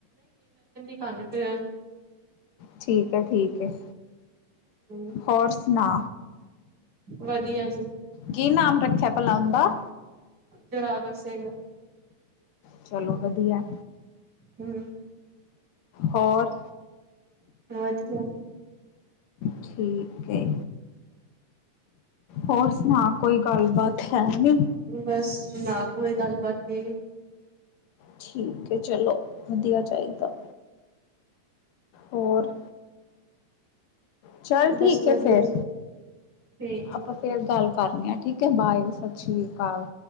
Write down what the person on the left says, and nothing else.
ਠੀਕ ਹੈ, ਠੀਕ ਹੈ।
ਹੋਰ ਸੁਣਾ
ਕੀ ਨਾਮ ਰੱਖਿਆ ਭਲਾ ਉਹਦਾ?
ਚਲੋ ਵਧੀਆ ਏ।
ਹੋਰ?
ਠੀਕ ਏ। ਹੋਰ ਸੁਣਾ? ਕੋਈ ਗੱਲਬਾਤ ਹੈ ਨਈ।
ਠੀਕ ਐ, ਚਲੋ ਵਧੀਆ ਚਾਹੀਦਾ। ਹੋਰ? ਚੱਲ ਠੀਕ
ਹੈ, ਫਿਰ
ਆਪਾਂ ਫੇਰ ਗੱਲ ਕਰਨੀ ਆ ਠੀਕ ਐ, ਬਾਏ ਸਤਿ ਸ੍ਰੀ ਅਕਾਲ